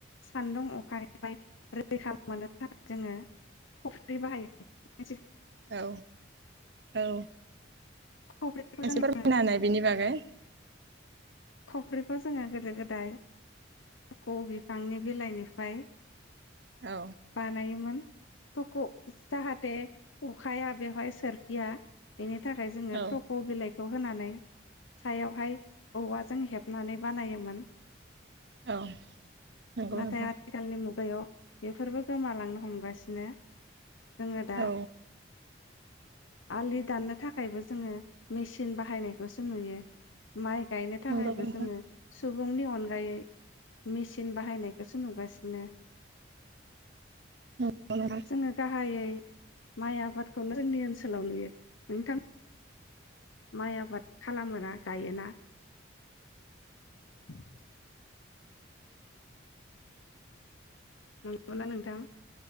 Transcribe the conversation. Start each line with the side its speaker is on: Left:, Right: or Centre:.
Left: सान्दुं अखानिफ्राय रैखा मोननो थाखाय जोङो खख्रि बाहायोमोन
Right: औ औ
Left: खफ्रिखौ जों
Right: एसे फोरमायना होनाय बेनि बागै
Left: बेफोरखौ जोङो गोदो गोदाय थख' बिफांनि बिलाइनिफ्राय
Right: औ
Left: बानायोमोन थख'खौ जाहाथे अखाया बेवहाय सोरखिया बेनि थाखाय जोङो
Right: औ
Left: थक' बिलाइखौ खौ होनानै सायावहाय औवाजों हेबनानै बानायोमोन
Right: औ नंगौ
Left: नाथाय
Right: नोंथां
Left: आथिखालनि बेफोरबो गोमालांनो हमगासिनो जोङो दा
Right: औ
Left: आलि दाननो थाखायबो जोङो मेचिन बाहायनायखौसो नुयो माइ गायनो थाखायबो
Right: नंगौ नोंथां
Left: जोङो सुबुंनि अनगायै मेसिन बाहायनायखौसो नुगासिनो
Right: नंगौ नोंथां
Left: जोङो गाहायै माइ आबादखौनो जोंनि ओनसोलाव नुयो नोंथां माइ आबाद खालामोना गायोना <inaudible> नंगौना नोंथां